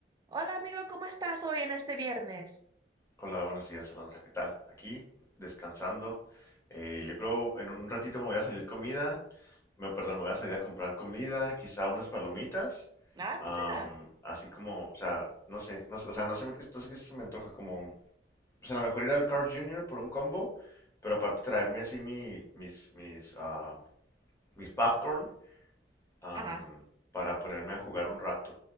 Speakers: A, on the right (about 25°); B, on the left (about 15°).
A: Hola amigo, ¿cómo estás hoy en este viernes?
B: Hola, buenos días, Alondra. ¿Qué tal? Aquí, descansando. Eh, yo creo en un ratito me voy a salir comida. Me, perdón, me voy a salir a comprar comida, quizá unas palomitas.
A: Ah,
B: am,
A: mira.
B: así como, o sea, no sé, no, sé, o sea, no sé, me qué- no sé qué se me antoja. Como, pues a lo mejor ir al Carl Jr. por un combo, pero aparte traerme así mi, mis, mis, ah, mis popcorn am,
A: Ajá.
B: para ponerme a jugar un rato.